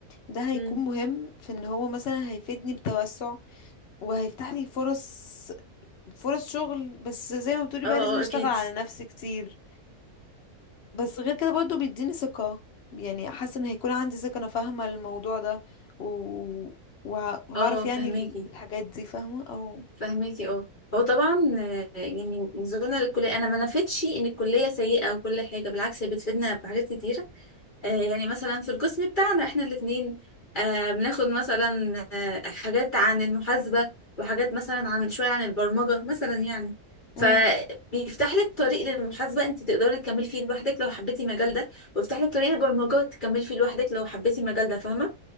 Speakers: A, on the left; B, on the left.
A: ده هيكون
B: مم.
A: مهم في ان هو مثلا هيفيدني بتوسع وهيفتح لي فرص فرص شغل بس زي ما بتقولي
B: اه
A: بقى
B: اه
A: لازم اشتغل
B: اكيد
A: على نفسي كتير بس غير كده برضو بيديني ثقة يعني حاسة ان هيكون عندي ثقة انا فاهمة الموضوع ده و... وه- وهعرف
B: اه
A: يعني
B: فهماكي
A: ال- الحاجات دي فاهمة او
B: فهماكي اه هو طبعا آه، يعني نزولنا للكليه انا ما نفدتش ان الكليه سيئه وكل حاجه بالعكس هي بتفيدنا في حاجات كتيره آه، يعني مثلا في القسم بتاعنا احنا الاثنين بناخد مثلا آه، حاجات عن المحاسبه وحاجات مثلا عن شويه عن البرمجه مثلا يعني فبيفتح
A: امم
B: لك طريق للمحاسبه انت تقدري تكملي فيه لوحدك لو حبيتي المجال ده ويفتح لك طريق البرمجه تكملي فيه لوحدك لو حبيتي المجال ده فاهمه